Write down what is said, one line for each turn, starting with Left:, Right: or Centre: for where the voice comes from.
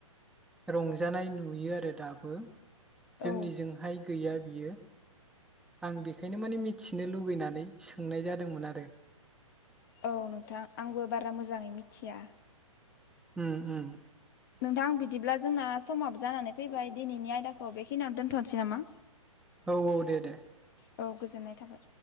Centre: रंजानाय नुयो आरो दाबो
Left: औ
Centre: जोंनिजोंहाय गैया बियो। आं बेखायनो माने मिथिनो लुुबैनानै सोंनाय जादोंमोन आरो।
Left: औ नोंथां आंबो बारा मोजाङै मिथिया।
Centre: ओम ओम।
Left: नोंथां बिदिब्ला जोंना समाबो जानानै फैबाय दिनैनि आयदाखौ बेखिनियावनो दोनथ'नोसै नामा।
Centre: औ औ दे दे।
Left: औ गोजोननाय थाबाय।